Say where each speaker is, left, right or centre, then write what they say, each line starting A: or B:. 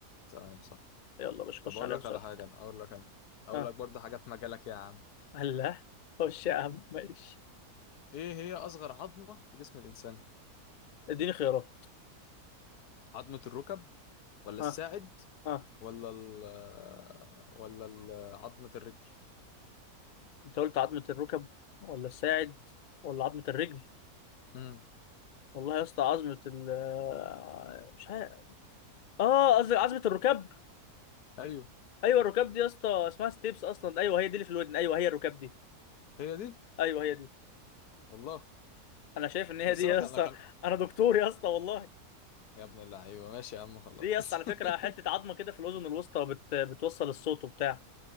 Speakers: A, on the left; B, on the left.
A: تمام صح
B: يلا يا باشا
A: طب
B: خش
A: اقول
B: عليا
A: لك
B: بسؤالك
A: على حاجه انا اقول لك انا اقول
B: ها
A: لك برضه حاجه في مجالك يا عم
B: هلا خش يا عم ماشي
A: ايه هي اصغر عظمه في جسم الانسان؟
B: اديني خيارات
A: عظمه الركب ولا الساعد
B: ها ها
A: ولا ال آه، ولا ال- آه، عظمه الرجل؟
B: انت قلت عظمه الركب ولا الساعد ولا عظمه الرجل
A: امم
B: والله يا اسطى عظمة ال آه، مش عارف اه قصدي عظمة الركاب
A: ايوه
B: ايوه الركاب دي يا اسطى اسمها ستيبس اصلا ايوه هي دي اللي في الودن ايوه هي الركاب دي
A: هي دي
B: ايوه هي دي
A: والله
B: انا شايف ان هي
A: بس
B: دي يا
A: انا كان
B: اسطى
A: انا كان
B: <laughs> انا دكتور يا اسطى والله
A: يا ابن اللعيبه ماشي يا عم خلاص
B: دي يا اسطى على فكرة
A: <laughs>
B: حتة عظمة كده في الاذن الوسطى بت... بتوصل الصوت وبتاع